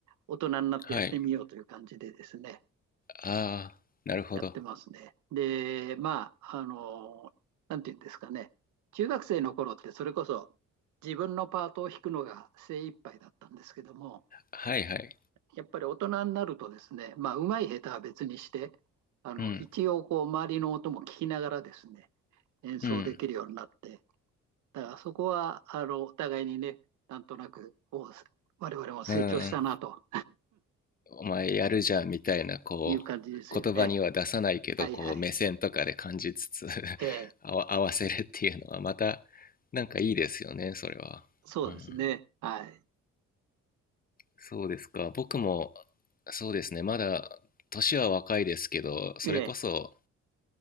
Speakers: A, on the right; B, on the left.
A: 大人になってやってみようという感じでですね、
B: はい。ああ、なるほど。
A: やってますね。で、まあ、あの、なんていうんですかね、中学生の頃ってそれこそ自分のパートを弾くのが精一杯だったんですけども、
B: はいはい。
A: やっぱり大人になるとですね、まあ、うまい下手は別にして、あの一応こう周りの音も聞きながらですね、
B: うん。
A: 演奏できるようになって、
B: うん。
A: だからそこはあのお互いにね、なんとなく我々も成長したなと
B: うん、お前やるじゃんみたいなこ
A: いう感じですよね。
B: う言葉には出さないけどこう目線とかで感じつつ
A: はいはい。ええ
B: <laughs> 合わ合わせるっていうのはまたなんかいいですよねそれは、
A: そうですね。
B: うん、
A: はい。
B: そうですか僕もそうですねまだ年は若いですけどそれこそ
A: ええ